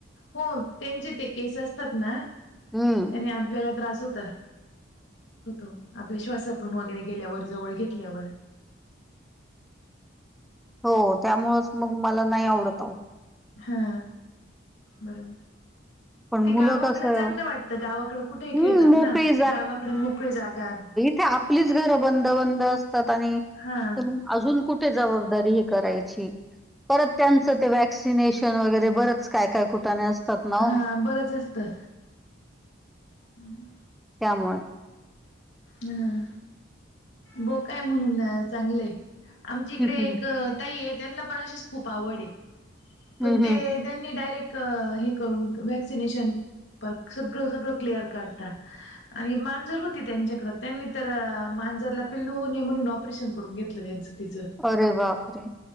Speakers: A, on the left; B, in the centre.
A: हो त्यांचे ते केस असतात ना-
B: हम्म,
A: त्याने आपल्याला त्रास होता. होतो आपल्या श्वासातून वगैरे गेल्यावर जवळ घेतल्यावर-
B: हो त्यामुळेच मग मला नाही आवडत ओ.
A: हा बरोबर.
B: पण
A: ते
B: मुलं
A: गावाकडं
B: कसं
A: चांगलं वाटतं गावाकडे कुठेही
B: हं,
A: खेळतात
B: मोकळी
A: ना गावाकडे मोकळी जागा.
B: ते आपलीच घरं बंद बंद असतात आणि -
A: हां.
B: अजून कुठे जबाबदारी हे करायची परत त्यांच ते व्य - वॅक्सिनेशन वगैरे बरेच काय - काय कुटाने असतात. ना
A: हा
B: ओ
A: बरंच असतं. हम्म,
B: त्यामुळे.
A: हम बोका काय म्हणून चांगलंयं. आमची इकडे
B: हं, हं,
A: एक
B: हं.
A: ताई आहे त्यांना पण अशीच खूप आवड हे.
B: हं,
A: पण
B: हं.
A: ते त्यांनी डायरेक्ट - हे करून वॅक्सिनेशन सगळं - सगळं क्लिअर करता. आणि मांजर होती त्यांच्या. त्यांनी तर मांजरला पिल्लू होऊ नये म्हणून ऑपरेशन करून घेतलं त्यांचं तिचं.
B: अरे बापरे!